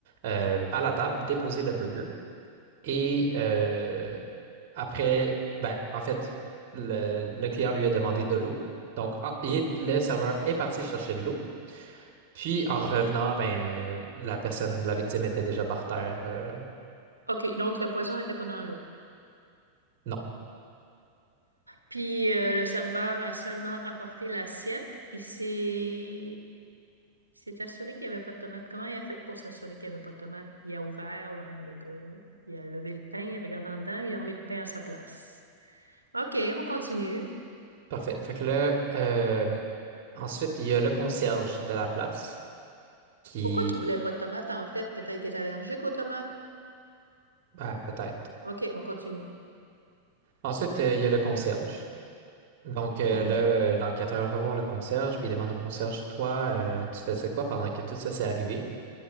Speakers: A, on the right; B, on the right.
A: euh, à la table déposer le burger. Et euh, après, ben, en fait, le, le client lui a demandé de l'eau. Donc, en- il est- le serveur est parti chercher de l'eau. Puis, en revenant, ben, la personne, la victime était déjà par terre. euh,
B: OK, donc le poison n'était pas dans l'eau.
A: non.
B: Puis euh, le serveur a seulement apporté l'assiette et s'est il s'est assuré qu'il n'y avait pas de tomate. Comment il a fait pour s'assurer qu'il n'y avait pas de tomate? Il a ouvert le hamburger, il a levé le pain, il a regardé en dedans, il a remis le pain à sa place. OK, on continue.
A: Parfait. Fait que là, euh, ensuite, il y a le concierge de la place qui,
B: Pourquoi qu'il voulait pas de tomate en fait? Peut-être qu'il est allergique aux tomates.
A: ben, peut-être.
B: OK, on continue.
A: Ensuite, euh, il y a le concierge. Donc, euh,
B: Ouais.
A: là, euh, l'enquêteur va voir le concierge, puis il demande au concierge, toi, euh, tu faisais quoi pendant que tout ça s'est arrivé?